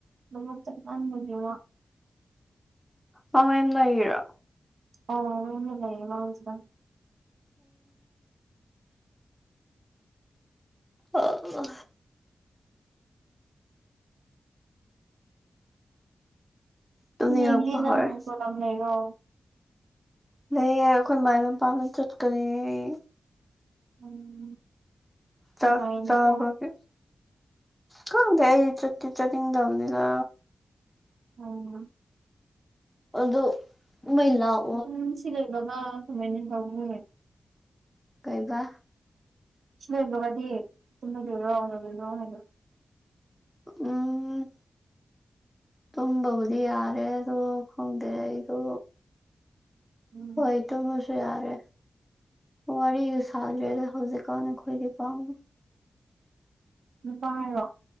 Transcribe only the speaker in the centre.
ꯃꯥ ꯃꯌꯨꯝ ꯂꯩꯔꯤꯔꯣ
ꯑꯥ ꯇꯨꯝꯅꯤꯡꯉꯛꯄ
ꯍꯧꯔꯦ
ꯂꯩꯌꯦ ꯑꯈꯣꯏ ꯃꯥꯏ ꯃꯄꯥꯝꯗ ꯆꯠꯀꯅꯤ ꯑꯩ
ꯆꯥꯛ
ꯆꯥꯕꯒꯤ ꯈꯪꯗꯦ ꯑꯩ ꯆꯠꯇꯤ ꯆꯠꯅꯤꯡꯗꯝꯅꯤꯗ
ꯑꯗꯨ ꯃꯩ ꯂꯥꯛ
ꯀꯩꯕ
ꯎꯝ ꯇꯨꯝꯕꯕꯨꯗꯤ ꯌꯥꯔꯦ ꯑꯗꯣ ꯈꯪꯗꯦ ꯑꯩꯗꯣ
ꯍꯣꯢ ꯇꯨꯝꯃꯁꯨ ꯌꯥꯔꯦ ꯋꯥꯔꯤꯒ ꯁꯥꯗ꯭ꯔꯦꯗ ꯍꯧꯖꯤꯛꯀꯥꯟ ꯑꯈꯣꯏꯗꯤ <unintelligible>